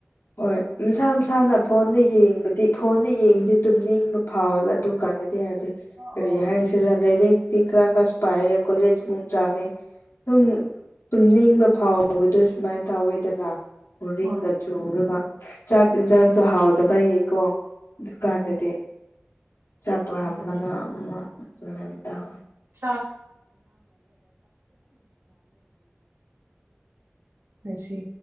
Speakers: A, on the left (about 85°); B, on the right (about 85°).
A: ꯍꯣꯏ ꯃꯁꯥ ꯃꯁꯥꯅ ꯐꯣꯟꯗ ꯌꯦꯡꯕꯗꯤ ꯐꯣꯟꯗ ꯌꯦꯡꯕꯗꯤ ꯇꯨꯝꯅꯤꯡꯕ ꯐꯥꯎꯋꯦꯕ ꯑꯗꯨ ꯀꯥꯟꯅꯗꯤ ꯍꯥꯏꯕ ꯀꯔꯤ
B: ꯍꯣꯏ
A: ꯍꯥꯏꯁꯤ ꯂꯥꯏꯔꯤꯛ ꯇꯤ ꯈꯔ ꯈꯔ ꯄꯥꯏꯌꯦ ꯀꯣꯂꯦꯖ ꯑꯃꯨꯛ ꯆꯠꯂꯦ ꯑꯗꯨꯝ ꯇꯨꯝꯅꯤꯡꯕ ꯐꯥꯎꯕꯗꯣ ꯁꯨꯃꯥꯏꯅ ꯇꯧꯋꯦꯗꯅ ꯕꯣꯔꯗꯤꯡꯗ
B: ꯍꯣꯏ
A: ꯆꯨꯔꯒ ꯆꯥꯛ ꯌꯦꯟꯁꯥꯡꯁꯨ ꯍꯥꯎꯇꯕꯩꯒꯤꯀꯣ ꯗꯨ ꯀꯥꯟꯗꯗꯤ
B: ꯎꯝ
A: ꯆꯥꯛ
B: ꯑꯗꯨꯅꯦ
A: ꯂꯥꯝꯃꯅ ꯑꯃ ꯑꯗꯨꯃꯥꯏꯅ ꯇꯧꯋꯦ
B: <unintelligible> ꯃꯁꯤ